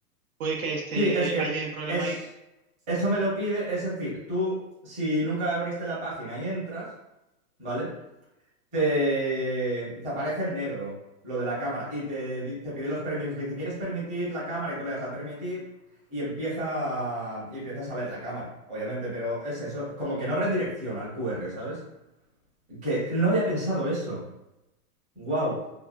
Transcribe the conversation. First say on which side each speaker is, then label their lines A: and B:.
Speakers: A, on the right (about 65°); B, on the right (about 15°).
A: Puede que este
B: Sí, es que
A: haya un problema
B: es,
A: ahí.
B: eso me lo pide, es decir, tú si nunca abriste la página y entras, ¿vale? Te, te aparece en negro lo de la cámara y te, di- te pide los permisos, te dice, ¿quieres permitir la cámara? Y tú le das a permitir y empieza, y empiezas a ver la cámara, obviamente, pero es eso, como que no redirecciona al QR, ¿sabes? Que no había pensado eso. Wow.